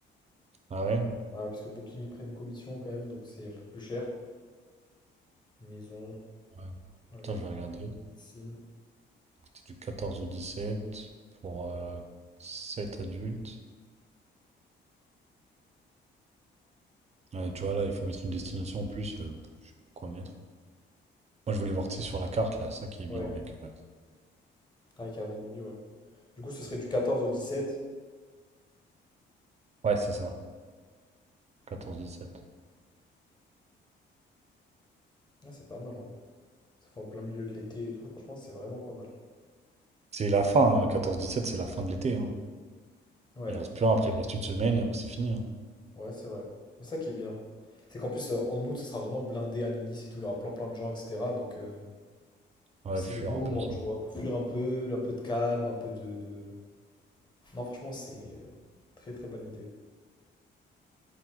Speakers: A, on the right; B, on the left.
A: Ah ouais?
B: Ah, parce que Booking, ils prennent une commission quand même, donc c'est un peu plus cher. Maison
A: Ouais.
B: avec
A: Putain, je vais regarder.
B: piscine.
A: C'est du 14 au 17 pour euh, 7 adultes. Ouais, tu vois, là, il faut mettre une destination en plus. euh, je sais pas quoi mettre. Moi, je voulais voir, tu sais, sur la carte, là, ça qui est
B: Ouais,
A: bien avec. euh,
B: avec Airbnb, ouais. Du coup, ce serait du quatorze au dix sept
A: Ouais, c'est ça. Quatorze dix-sept.
B: Ah, c'est pas mal en vrai. Ça fait en plein milieu de l'été et tout. Franchement, c'est vraiment pas mal.
A: C'est la fin, hein, quatorze dix-sept, c'est la fin de l'été, hein.
B: Ouais,
A: Il reste plus rien, après il reste une semaine et après c'est fini. hein.
B: ouais, c'est vrai. Mais ça qui est bien, c'est qu'en plus, euh, en août, ça sera vraiment blindé à Nice et tout. Il y aura plein plein de gens, etc. Donc, euh,
A: Ouais,
B: c'est
A: fuir
B: le bon
A: un
B: moment,
A: peu ça.
B: tu vois. Faut fuir un peu, un peu de calme, un peu de, de- Non, franchement, c'est euh, très très bonne idée.